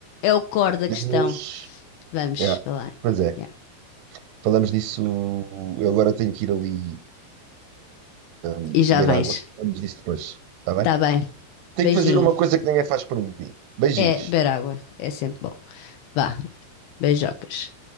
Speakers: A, on the left; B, on the right.
A: É o core da
B: podemos.
A: questão. Vamos
B: Yeah.
A: falar.
B: Pois é,
A: Yeah.
B: falamos disso. Eu agora tenho que ir ali beber
A: E já vens.
B: água. Falamos disso depois, está bem?
A: Tá bem.
B: Tenho
A: Beijinho.
B: que fazer uma coisa que ninguém faz por mim. Beijinhos.
A: É, beber água. É sempre bom. Vá. Beijocas.